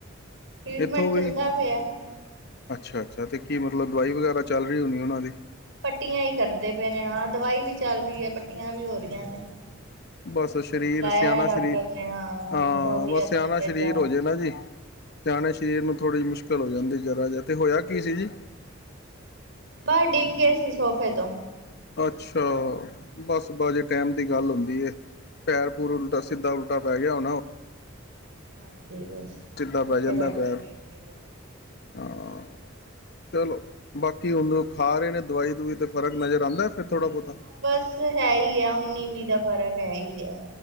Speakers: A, on the right; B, on the left.
A: ਟ੍ਰੀਟਮੈਂਟ
B: ਇੱਥੋਂ
A: ਚੱਲਦਾ
B: ਈ
A: ਪਿਆ।
B: ਅੱਛਾ ਤੇ ਕੀ ਮਤਲਬ ਦਵਾਈ ਵਗੈਰਾ ਚੱਲ ਰਹੀ ਹੋਣੀ ਉਹਨਾਂ ਦੀ
A: ਪੱਟੀਆਂ ਹੀ ਕਰਦੇ ਪਏ ਨੇ ਹਾਂ ਦਵਾਈ ਵੀ ਚੱਲ ਰਹੀ ਹੈ ਪੱਟੀਆਂ ਵੀ ਹੋ ਰਹੀਆਂ ਨੇ ਹੁਣ ਇੱਕ
B: ਬਸ
A: ਵਾਰੀ ਹੋਰ
B: ਸਰੀਰ
A: ਬੁਲਾਇਆ
B: ਸਿਆਣਾ
A: ਹੈ ਡਾਕਟਰ
B: ਸਰੀਰ
A: ਨੇ
B: ਹਾਂ
A: ਦੇਖੋ ਅਗਲੇ
B: ਬਸ
A: ਹਫ਼ਤੇ
B: ਸਿਆਣਾ
A: ਫਿਰ
B: ਸਰੀਰ
A: ਜਾਣਾ।
B: ਹੋ ਜਾੇ ਨਾ ਜੀ ਸਿਆਣੇ ਸਰੀਰ ਨੂੰ ਥੋੜ੍ਹੀ ਜਿ <unintelligible> ਚਲੋ ਹੋ ਜਾਂਦੀ ਜਰਾ ਜਾ ਤੇ ਹੋਇਆ ਕੀ ਸੀ ਜੀ
A: ਬਸ ਡਿੱਗ ਗਏ ਸੀ ਸੋਫੇ ਤੋਂ
B: ਅੱਛਾ ਬਸ ਬਾਜੇ ਟਾਈਮ ਦੀ ਗੱਲ ਹੁੰਦੀ ਏ ਪੈਰ ਪੂਰ ਉਲਟਾ ਸਿੱਧਾ ਪੁੱਠਾ ਪੈ ਗਿਆ ਹੋਨਾ ਉਹ
A: <inaudible>
B: ਸਿੱਧਾ ਪੈ ਜਾਂਦਾ ਪੈਰ
A: <inaudible>
B: ਹਾਂ ਚਲੋ ਬਾਕੀ ਹੁਣ ਖਾ ਰਹੇ ਨੇ ਦਵਾਈ ਦਵਈ ਤੇ ਫ਼ਰਕ ਨਜ਼ਰ ਆਂਦਾ ਫਿਰ ਥੋੜ੍ਹਾ ਬਹੁਤਾ
A: ਬਸ ਹੈ ਹੀ ਹੈ ਉੱਨੀ ਵੀਹ ਦਾ ਫ਼ਰਕ ਪੈ ਈ ਗਯਾ